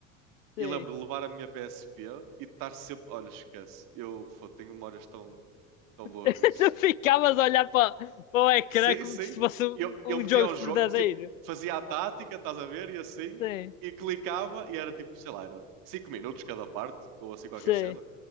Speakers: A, on the left; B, on the right.
A: <laughs>
B: E
A: Sim.
B: lembro de levar a minha PSP e de estar sempre. Olha, esquece, eu fô, tenho memórias tão, tão
A: <laughs>
B: boas disso.
A: Tu ficavas a olhar para, para o ecrã
B: Sim,
A: como
B: sim.
A: se fosse um,
B: Eu,
A: um
B: eu metia
A: jogo
B: os jogos,
A: verdadeiro.
B: tipo, fazia a tática, estás a ver, e assim,
A: Sim,
B: e clicava, e era tipo, sei lá, era 5 minutos cada parte, ou assim qualquer
A: sim,
B: cena.